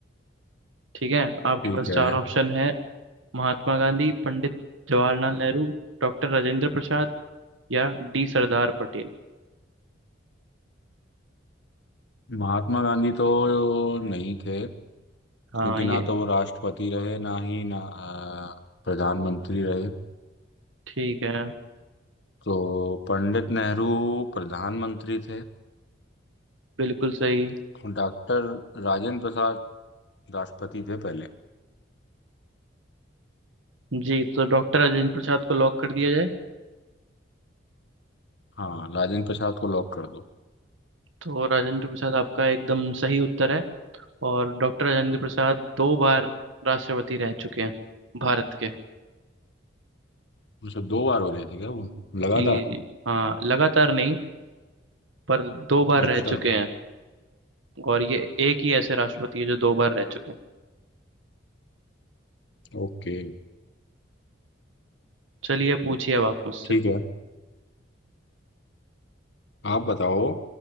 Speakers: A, on the right; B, on the left.
A: ठीक है आपके
B: ठीक
A: पास
B: है
A: चार ऑप्शन है महात्मा गांधी पंडित जवाहरलाल नेहरू डॉक्टर राजेंद्र प्रसाद या डी सरदार पटेल
B: महात्मा गांधी तो नहीं थे
A: हाँ
B: क्योंकि
A: ये
B: ना तो वो राष्ट्रपति रहे ना ही ना अ, प्रधानमंत्री रहे
A: ठीक है
B: तो पंडित नेहरू प्रधानमंत्री थे
A: बिल्कुल सही
B: डॉक्टर राजेंद्र प्रसाद राष्ट्रपति थे पहले
A: जी तो डॉक्टर राजेंद्र प्रसाद को लॉक कर दिया जाए
B: हाँ राजेंद्र प्रसाद को लॉक कर दो
A: तो राजेंद्र प्रसाद आपका एकदम सही उत्तर है और डॉक्टर राजेंद्र प्रसाद दो बार राष्ट्रपति रह चुके हैं भारत के
B: उनसे दो बार बने थे क्या वो
A: जी
B: लगातार
A: जी हाँ लगातार नहीं पर दो बार
B: अच्छा
A: रह चुके हैं और ये एक ही ऐसे राष्ट्रपति है जो दो बार रह चुके हैं
B: ओके
A: चलिए पूछिए अब आप मुझसे
B: ठीक है आप बताओ